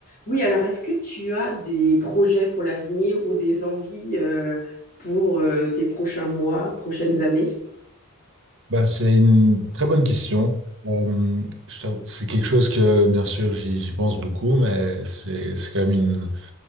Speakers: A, on the left; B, on the right.
A: Oui, alors est-ce que tu as des projets pour l'avenir ou des envies euh, pour euh, tes prochains mois, prochaines années?
B: Bah, c'est une très bonne question. Euh, je t'avoue- c'est quelque chose que, bien sûr, j'y j'y pense beaucoup, mais c'est c'est quand même une.